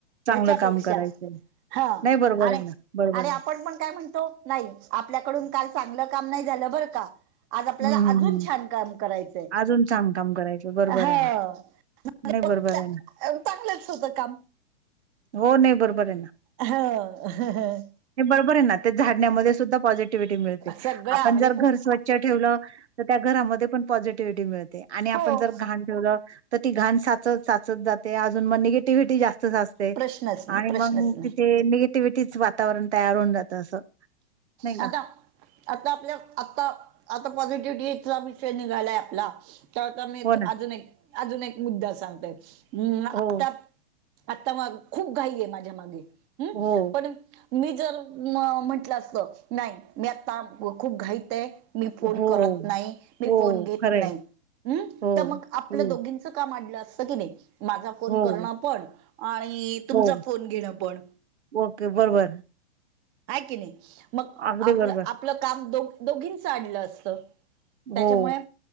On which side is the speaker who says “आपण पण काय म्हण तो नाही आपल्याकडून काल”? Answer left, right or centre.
Right